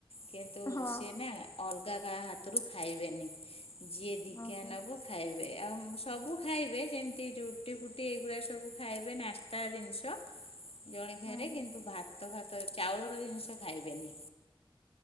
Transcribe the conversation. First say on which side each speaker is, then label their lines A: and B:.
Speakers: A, on the left; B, on the left.
A: କିନ୍ତୁ
B: ହଁ
A: ସିଏ ନା ଅଲଗା କାହା ହାତରୁ ଖାଇବେନି ଯିଏ ଦିକ୍ଷା
B: ଓହୋ
A: ନବ ଖାଇବେ ଆଉ ମ୍ ସବୁ ଖାଇବେ ଯେମିତି ରୁଟି ଫୁ ଟି ଏଗୁରା ସବୁ ଖାଇବେ ନାସ୍ତା ଜିନିଷ ଜଳଖିଆରେ
B: ହଁ
A: କିନ୍ତୁ ଭା ତ ଫାତ ଚାଉଳର ଜିନିଷ ଖାଇବେନି